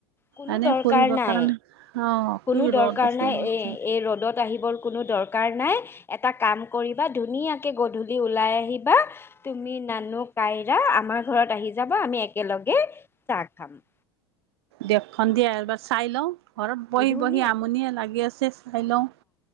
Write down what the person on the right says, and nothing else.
এনে
ফুৰিব
কাৰণে অ', কি
ৰ'দ আছে
বাপৰে
দেশখন দিয়া এবাৰ চাই লওঁ। ঘৰত বহি
বহি আমনিয়ে লাগি আছে চাই লওঁ।